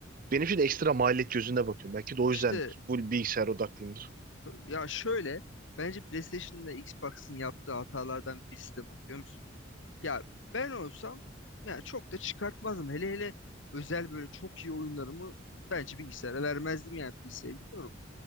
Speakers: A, on the right; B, on the left.
A: Benim için de ekstra maliyet gözünde bakıyorum. Belki de o
B: İşte
A: yüzden full bilgisayar odaklıyımdır.
B: ya şöyle bence PlayStation'la Xbox'ın yaptığı hatalardan birisi de bu biliyor musun? Ya ben olsam ya çok da çıkartmazdım. Hele hele özel böyle çok iyi oyunlarımı bence bilgisayara vermezdim yani bilgisayarı bilmiyorum.